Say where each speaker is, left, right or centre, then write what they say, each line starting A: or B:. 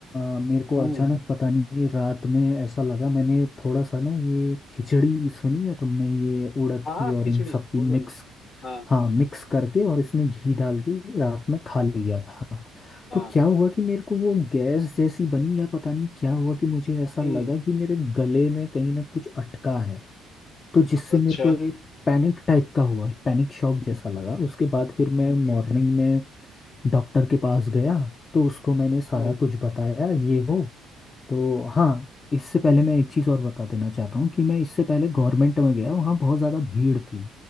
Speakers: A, on the left (about 35°); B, on the left (about 60°).
A: अ, मेरे को
B: हम्म
A: अचानक पता नहीं कि रात में ऐसा लगा मैंने थोड़ा सा ना ये खिचड़ी सुनी है तुमने ये उड़द
B: हाँ हाँ
A: की और
B: खिचड़ी
A: इन सब की
B: बोलो
A: मिक्स
B: ना हाँ
A: हाँ मिक्स करके और इसमें घी डाल के रात में खा लिया था
B: हाँ
A: तो क्या हुआ कि मेरे को वो गैस जैसी बनी या पता नहीं क्या हुआ कि मुझे ऐसा
B: हम्म
A: लगा कि मेरे गले में कहीं ना कुछ अटका है तो जिससे
B: अच्छा
A: मेरे को एक पैनिक टाइप का हुआ पैनिक शॉक जैसा लगा उसके बाद फिर मैं मॉर्निंग
B: हम्म
A: में डॉक्टर के पास गया तो उसको मैंने सारा
B: हम्म,
A: कुछ बताया ये वो तो हाँ इससे पहले मैं एक चीज़ और बता देना चाहता हूँ कि मैं इससे पहले गवर्नमेंट में गया वहाँ बहुत ज़्यादा भीड़ थी